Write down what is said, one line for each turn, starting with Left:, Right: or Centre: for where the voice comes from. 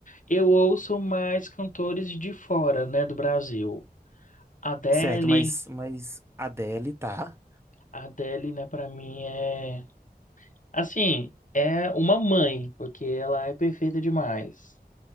Left: eu ouço mais cantores de fora, né, do Brasil. Adele
Right: Certo, mas, mas Adele tá.
Left: A Adele, né, pra mim é. Assim, é uma mãe, porque ela é perfeita demais,